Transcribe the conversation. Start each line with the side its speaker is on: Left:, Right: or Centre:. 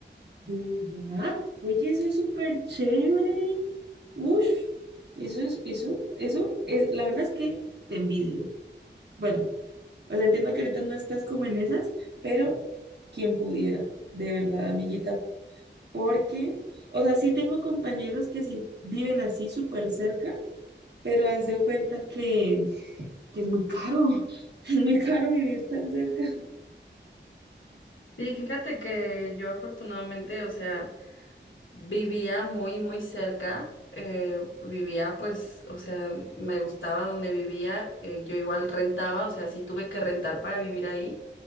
Right: ¿De verdad? Oye, eso es súper chévere. Uff, eso es, eso, eso es, la verdad es que te envidio. Bueno, O sea, entiendo que ahorita no estás como en esas, pero quien pudiera, de verdad, amiguita, porque, o sea, sí tengo compañeros que sí viven así súper cerca, pero haz de cuenta que, que es muy caro, <laughs> es muy caro vivir tan cerca.
Left: sí fíjate que yo afortunadamente, o sea, vivía muy, muy cerca, eh, vivía pues, o sea, me gustaba donde vivía, eh, yo igual rentaba, o sea, sí tuve que rentar para vivir ahí.